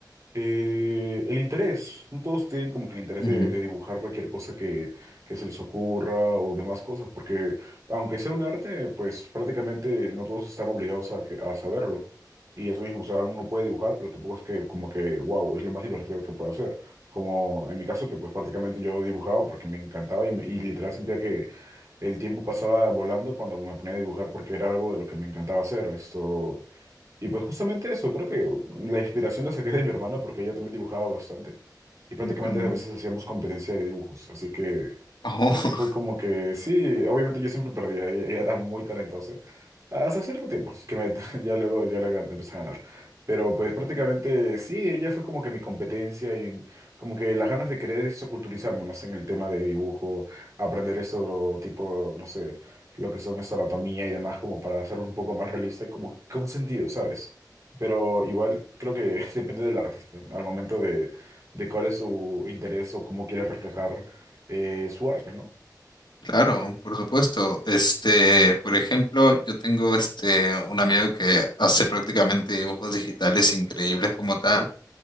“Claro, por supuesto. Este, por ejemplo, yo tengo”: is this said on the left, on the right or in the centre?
Left